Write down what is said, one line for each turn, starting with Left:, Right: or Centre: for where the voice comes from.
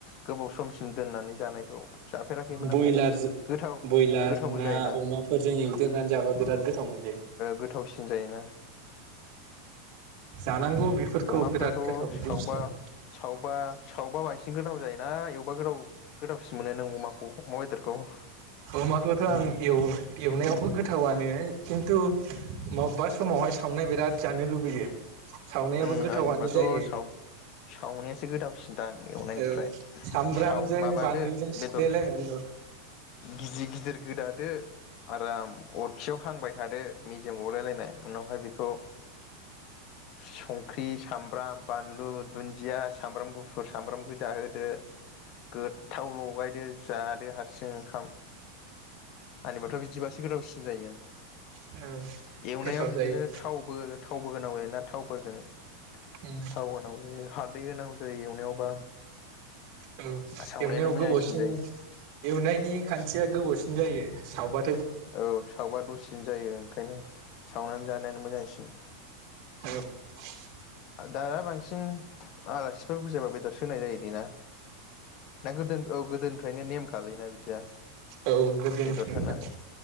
Left: गोबाव समसिम दोननानै जानायखौ जाफेराखैमोन
Right: बयलारजों
Left: आंबो गोथाव
Right: बयलार
Left: गोथावबो
Right: ना
Left: जायोना
Right: अमाफोरजों एवदेरनानै जाबा बिराद गोथाव मोनजायो
Left: गोथावसिन जायोना
Right: जानांगौ बेफोरखौ
Left: अमाफ्राथ'
Right: बिराद गोथाव
Left: सावबा
Right: बिदि बुस्थुआ
Left: सावबा सावबा बांसिन गोथाव जायोना एवबा गोथाव गोथावसिन मोनो नों अमाखौ अमा बेदारखौ खौ
Right: अमाखौथ' आं एवो एवनायावबो गोथावनो खिन्थु मबेबा समावहाय सावनाय बिराद जानो लुबैयो सावनायाबो
Left: उम
Right: गोथावानो
Left: आंनिबाथ'
Right: जायो
Left: साव सावनायसो गोथावसिनदां एवनायनिफ्राय
Right: औ सामब्रामजों
Left: साव माबादो
Right: बानलुजों सिफ्लेलायनानै
Left: बेदर
Right: औ
Left: गिदिर गिदिर गोदादो आराम अरखियाव हांबाय थादो मेजेम गावलायलायनाय उनावहाय बेखौ संख्रि सामब्राम बानलु दुन्दिया सामब्राम गुफुर सामब्रामखौ जाहोदो गोथाव लगायदो जादो हारसिं ओंखाम आंबाथ' बिदिबासो गोदावसि सिगायो
Right: औ
Left: एवनायाव
Right: गोथाव
Left: बिदिनो
Right: जायो
Left: थावबो थावबो होनांगौ जायोना थावबो <unintelligible>
Right: उम
Left: <unintelligible> हालदै होनांगौ जायो एवनायावबा
Right: औ
Left: सावनायानो
Right: एवनायाव
Left: मोजांसिन
Right: गोबावसिन
Left: जायो
Right: एवनायनि खान्थिया गोबावसिन जायो सावबा
Left: औ सावबा दसेनो जायो ओंखायनो सावनानै जानायानो मोजांसिन
Right: <unintelligible>
Left: दा बांसिन आलासिफोर बुरजायाबा बेदरस होनाय जायो दे ना ना गोदोन औगोदो ओफ्रायनो नेम खालायोना बिदिया
Right: औ गोदोनिफ्राय
Left: बेदर होनानै
Right: दा